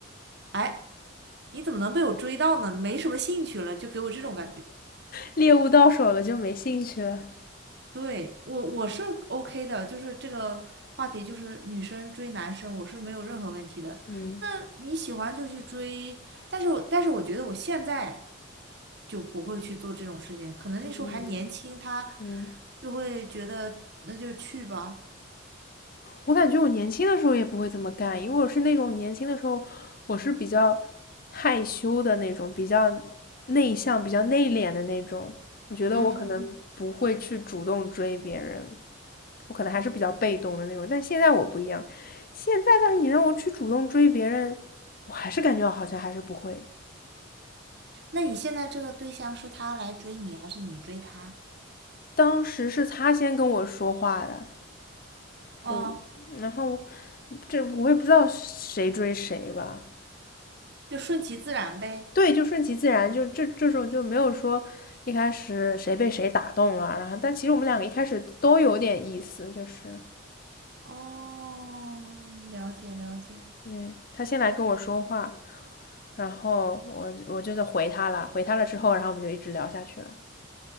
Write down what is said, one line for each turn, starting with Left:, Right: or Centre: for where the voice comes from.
Right: 哎，你怎么能被我追到呢？没什么兴趣了，就给我这种感觉。
Left: 猎物到手了就没兴趣了。
Right: 对，我我是 OK 的，就是这个话题，就是女生追男生，我是没有任何问题的。
Left: 嗯
Right: 那你喜欢就去追，但是我但是我觉得我现在就不会去做这种事情，可能那时候还年轻，
Left: 嗯
Right: 他
Left: 嗯
Right: 就会觉得那就去吧。
Left: 我感觉我年轻的时候也不会这么干，因为我是那种年轻的时候，我是比较害羞的那种，比较内向、比较内敛的那种。我觉得我可能不会去主动追别人，
Right: 嗯嗯嗯。
Left: 我可能还是比较被动的那种。但现在我不一样，现在但是你让我去主动追别人，我还是感觉好像还是不会。
Right: 那你现在这个对象是他来追你，还是你追他？
Left: 当时是他先跟我说话的，
Right: 哦，
Left: 嗯，然后这我也不知道谁追谁吧，
Right: 就顺其自然呗。
Left: 对，就顺其自然，就这这种就没有说一开始谁被谁打动了，然后但其实我们两个一开始都有点意思，就是
Right: 哦，了解了解。
Left: 对他先来跟我说话，然后我我就在回他了，回他了之后，然后我们就一直聊下去了。